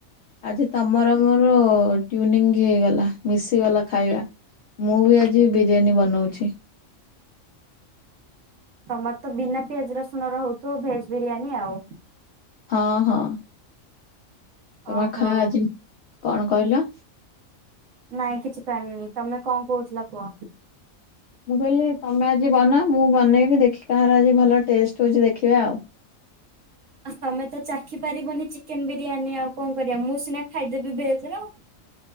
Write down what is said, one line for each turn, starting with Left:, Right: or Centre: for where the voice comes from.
Left: ଆଜି ତମର ମୋର ଟୁନି ହେଇଗଲା ମିଶିଗଲା ଖାଇବା। ମୁଁ ବି ଆଜି ବିରିୟାନୀ ବନାଉଛି।
Right: ତମର ତ ବିନା ପିଆଜ ରସୁଣ ରହୁଥିବ ଭେଜ ବିରିୟାନୀ ଆଉ
Left: ହଁ ହଁ ତମ
Right: ଓହୋ
Left: ଖା ଆଜି କଣ କହିଲ?
Right: ନାଇଁ କିଛି କରିିନି ତମେ କଣ କହୁଥିଲ କୁହ?
Left: ମୁଁ କହିଲି ତମେ ଆଜି ବନାଅ ମୁଁ ବନେଇବି ଦେଖି କାହାର ଆଜି ଭଲ ଟେଷ୍ଟ ହଉଛି ଦେଖିବା ଆଉ।
Right: ଆ ତମେ ତ ଚାଖି ପାରିବନି ଚିକେନ ବିରିୟାନୀ ଆଉ କଣ କରିବା ମୁଁ ସିନା ଖାଇଦେବି ଭେଜ ର